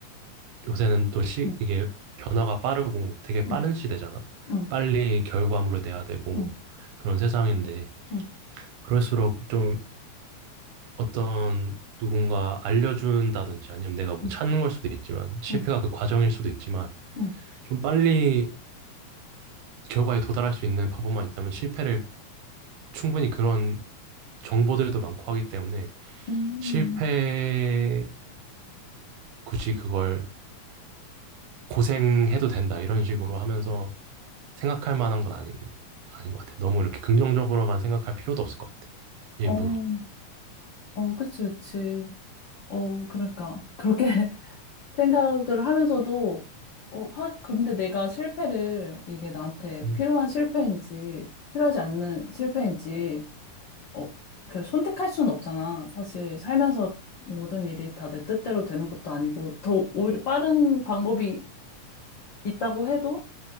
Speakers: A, on the right; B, on the left.
A: 요새는 또 시,
B: 응,
A: 이게 변화가 빠르고 되게
B: 응,
A: 빠른 시대잖아?
B: 응,
A: 빨리 결과물을 내야 되고
B: 응,
A: 그런 세상인데,
B: 응,
A: 그럴수록 좀 어떤 누군가 알려준다든지 아니면 내가 뭐
B: 응,
A: 찾는
B: 응,
A: 걸 수도 있지만, 실패가
B: 응. 음.
A: 그 과정일 수도 있지만,
B: 음,
A: 좀 빨리 결과에 도달할 수 있는 방법만 있다면 실패를 충분히 그런 정보들도 많고 하기 때문에
B: 음, 음,
A: 실패를
B: 음.
A: 굳이 그걸 고생해도 된다 이런 식으로 하면서 생각할 만한 건 아니, 아닌 것 같아. 너무 이렇게 긍정적으로만 생각할 필요도 없을 것 같아. 일부러.
B: 어, 어, 그치, 그치. 어, 그러니까. 그렇게 <laughs> 생각을 하면서도, 어, 하, 근데 내가 실패를, 이게 나한테
A: 음,
B: 필요한 실패인지, 필요하지 않는 실패인지, 어, 그 선택할 수는 없잖아. 사실 살면서 모든 일이 다 내 뜻대로 되는 것도 아니고, 더 오히려 빠른 방법이 있다고 해도,